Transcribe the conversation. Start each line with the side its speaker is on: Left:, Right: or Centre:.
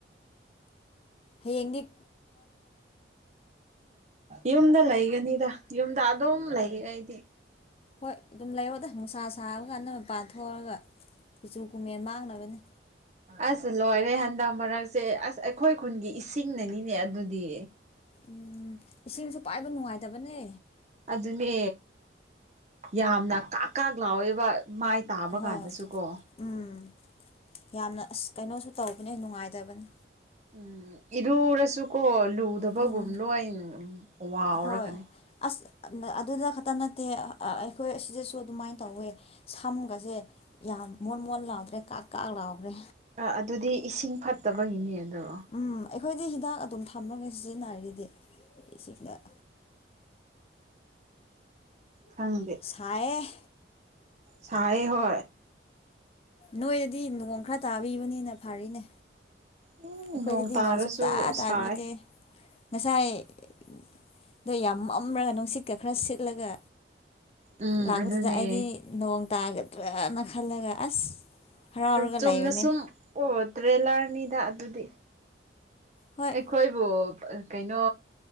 Left: ꯍꯌꯦꯡꯅꯤ
Right: ꯌꯨꯝꯗ ꯂꯩꯒꯅꯤꯗ ꯌꯨꯝꯗ ꯀꯝ ꯂꯩꯦ ꯑꯩꯗꯤ
Left: ꯍꯣꯏ ꯑꯗꯨꯝ ꯂꯩꯔꯣꯗ ꯅꯨꯡꯁꯥ ꯁꯥꯕ ꯀꯥꯟꯗ ꯃꯄꯥꯟ ꯊꯣꯛꯑꯒ ꯀꯨꯆꯨ ꯀꯨꯃꯦꯟ ꯃꯥꯡꯅꯕꯅꯤ
Right: ꯑꯁ ꯂꯣꯏꯔꯦ ꯍꯟꯗꯛ ꯃꯔꯛꯁꯦ ꯑꯁ ꯑꯩꯈꯣꯏ ꯈꯨꯟꯒꯤ ꯏꯁꯤꯡꯅꯅꯤꯅꯦ ꯑꯗꯨꯗꯤ
Left: ꯎꯝ ꯏꯁꯤꯡꯁꯨ ꯄꯥꯏꯕ ꯅꯨꯡꯉꯥꯏꯇꯕꯅꯦ
Right: ꯑꯗꯨꯅꯦ ꯌꯥꯝꯅ ꯀꯥꯛ ꯀꯥꯛ ꯂꯥꯎꯋꯦꯕ ꯃꯥꯏ ꯇꯥꯕ
Left: ꯍꯣꯏ
Right: ꯀꯥꯟꯗꯁꯨ ꯀꯣ
Left: ꯎꯝ ꯌꯥꯝꯅ ꯑꯁ ꯀꯩꯅꯣꯁꯨ ꯇꯧꯕꯅꯦ ꯅꯨꯡꯉꯥꯏꯇꯕꯅꯤ
Right: ꯎꯝ ꯏꯔꯨꯔꯁꯨꯀꯣ ꯂꯨꯗꯕꯒꯨꯝꯅꯣ
Left: ꯎꯝ
Right: ꯑꯩꯅ ꯋꯥꯎꯔꯒꯅꯤ
Left: ꯍꯣꯏ ꯑꯁ ꯑꯗꯨꯗ ꯈꯛꯇ ꯅꯠꯇꯦ ꯑꯩꯈꯣꯏ ꯑꯁꯤꯗꯁꯨ ꯑꯗꯨꯃꯥꯏꯅ ꯇꯧꯋꯦ ꯁꯝꯒꯁꯦ ꯌꯥꯝ ꯃꯣꯟ ꯃꯣꯟ ꯂꯥꯎꯗ꯭ꯔꯦ ꯀꯥꯛ ꯀꯥꯛ ꯂꯥꯎꯈ꯭ꯔꯦ
Right: ꯑ ꯑꯗꯨꯗꯤ ꯏꯁꯤꯡ ꯐꯠꯇꯕꯒꯤꯅꯦ ꯑꯗꯣ
Left: ꯎꯝ ꯑꯩꯈꯣꯏꯗꯤ ꯍꯤꯗꯥꯛ ꯑꯗꯨꯝ ꯊꯝꯃꯒ ꯁꯤꯖꯤꯟꯅꯔꯒꯗꯤꯁꯤꯡꯗ
Right: ꯊꯥꯡꯗꯦ
Left: ꯁꯌꯦ
Right: ꯆꯥꯏ ꯍ
Left: ꯅꯣꯏꯗꯤ ꯅꯣꯡ ꯈꯔ ꯇꯥꯕꯤꯕꯅꯤꯅ ꯐꯔꯤꯅꯦ
Right: ꯎꯝ
Left: ꯑꯩꯈꯣꯏꯗꯗꯤ
Right: ꯇꯥꯔꯁꯨ
Left: ꯅꯣꯡ ꯁꯨꯛ ꯇꯥ ꯇꯥꯕꯤꯗꯦ
Right: ꯁꯥꯏ
Left: ꯉꯁꯥꯏꯗꯣ ꯌꯥꯝ ꯑꯃꯝꯃꯒ ꯅꯨꯡꯁꯤꯠꯀ ꯈꯔ ꯁꯤꯠꯂꯒ
Right: ꯎꯝ
Left: ꯂꯥꯛꯄꯗꯨꯗ
Right: ꯑꯗꯨꯅꯦ
Left: ꯑꯩꯗꯤ ꯅꯣꯡ ꯇꯥꯒꯗ꯭ꯔꯅ ꯈꯜꯂꯒ ꯑꯁ ꯍꯔꯥꯎꯔꯒ
Right: ꯆꯨꯝꯅ
Left: ꯂꯩꯕꯅꯦ
Right: ꯁꯨꯝ ꯑꯣ ꯇ꯭ꯔꯦꯂꯔꯅꯤꯗ ꯑꯗꯨꯗꯤ
Left: ꯍꯣꯏ
Right: ꯑꯩꯈꯣꯏꯕꯨ ꯀꯩꯅꯣ